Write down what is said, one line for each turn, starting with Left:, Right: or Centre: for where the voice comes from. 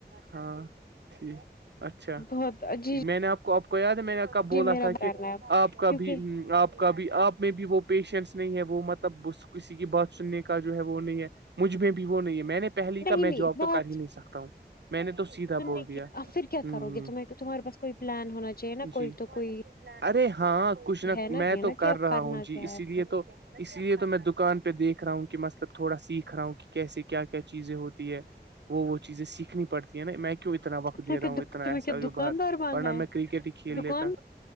Right: ہاں ٹھیک اچھا
Left: بہت جی
Right: جٹ میں نے آپ کو آپ کو یاد ہے میں نے کا بولا
Left: جی میرا
Right: تھا
Left: کرنا
Right: کہ
Left: ہے
Right: آپ کا
Left: کیونکہ
Right: بھی آپ آ کا بھی آپ میں بھی وہ پیشنس نہیں ہے وہ مطلب کسی کی بات سننے کا جو ہے وہ نہیں ہے مجھ میں بھی وہ نہیں ہے میں نے پہل
Left: نہیں
Right: کا میں
Left: نہیں
Right: جاب تو
Left: بہت
Right: کر ہی نہیں سکتا ہوں میں نے تو سیدھا
Left: سننے
Right: بول دیا
Left: کی
Right: ہ
Left: آپ پھر کیا
Right: ہ
Left: کرو گے تمہیں تمہارے پاس کوئی پلان ہونا چاہیے نا کوئی
Right: جی
Left: تو کوئی
Right: ارے ہاں کچھ نہ
Left: ہے نا
Right: میں
Left: یہ
Right: تو
Left: نا کہ
Right: کر
Left: اب
Right: رہا
Left: کرنا
Right: ہوں جی
Left: کیا
Right: اسی
Left: ہے
Right: لیے
Left: پھر
Right: تو اس لیے تو میں دکان پہ دیکھ رہا ہوں کہ مطلب تھوڑا سیکھ رہا ہوں کہ کیسے کیا کیا چیزیں ہوتی ہے وہ چیزیں سیکھنی پڑتی میں کیوں اتنا وقت دے
Left: تمہیں کیا
Right: رہا ہوں اتنا
Left: تمہیں
Right: ایسا
Left: کیا
Right: جو
Left: دکاندار
Right: باہر
Left: بننا
Right: ورنہ میں
Left: ہے
Right: کرکٹ ہی کھیل
Left: دکان
Right: لیتا